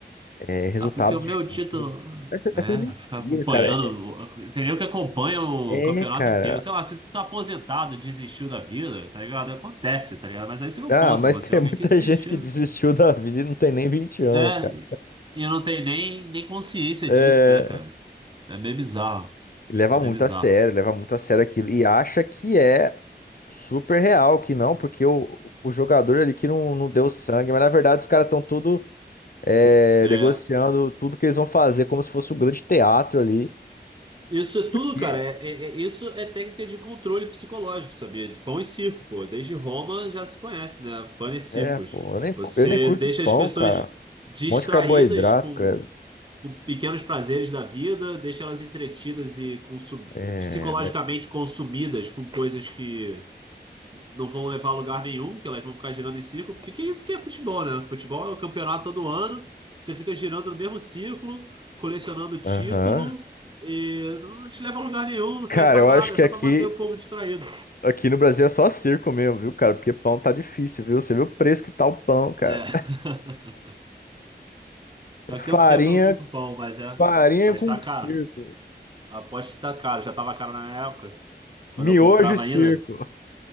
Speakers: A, on the left; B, on the right.
A: é, resultado
B: ah, porque o
A: de
B: meu
A: jogo.
B: título é
A: É tudo
B: ficar
A: mentira,
B: acompanhando.
A: cara.
B: Tem nem que acompanha o
A: É,
B: campeonato
A: cara.
B: inteiro. Sei lá, se tu tá aposentado, desistiu da vida, tá ligado? Acontece, tá ligado? Mas aí você não
A: Ah,
B: ponto,
A: mas
B: você
A: tem
B: é alguém
A: muita
B: que desistiu.
A: <laughs> gente que desistiu da vida e não tem nem 20 anos,
B: É,
A: cara.
B: e eu não tenho nem, nem consciência
A: É,
B: disso, né, cara? É meio bizarro.
A: leva
B: É meio
A: muito
B: bizarro.
A: a sério, leva muito a sério aquilo. E acha que é Super real que não, porque o, o jogador ali que não, não deu sangue, mas na verdade os caras estão tudo é,
B: é
A: negociando tudo que eles vão fazer como se fosse um grande teatro ali.
B: Isso é tudo,
A: E
B: cara.
A: é,
B: É, é- é- isso é técnica de controle psicológico, sabia? De pão e circo, pô. Desde Roma já se conhece, né? Pão e circos.
A: é, pô, eu nem, cu-
B: Você
A: eu nem curto
B: deixa
A: pão,
B: as pessoas
A: cara.
B: distraídas
A: Um monte de carboidrato,
B: com,
A: credo.
B: com pequenos prazeres da vida, deixa elas entretidas e consum-
A: É,
B: psicologicamente
A: mas,
B: consumidas com coisas que não vão levar a lugar nenhum, porque elas vão ficar girando em círculo, porque que isso que é futebol, né? Futebol é o campeonato todo ano, você fica girando no mesmo círculo, colecionando título,
A: aham.
B: e não te leva a lugar nenhum, não serve
A: Cara,
B: pra
A: eu
B: nada,
A: acho que
B: é só
A: aqui,
B: pra manter o povo distraído.
A: aqui no Brasil é só circo mesmo, viu, cara? Porque pão tá difícil, viu? Você viu o preço que tá o pão, cara.
B: É. <laughs> Já
A: Farinha,
B: tem um tempo que eu não compro pão, mas é.
A: farinha
B: Mas
A: com
B: tá caro.
A: circo.
B: Aposto que tá caro. Já tava caro na minha época, quando
A: Miojo
B: eu comprava
A: e circo.
B: ainda,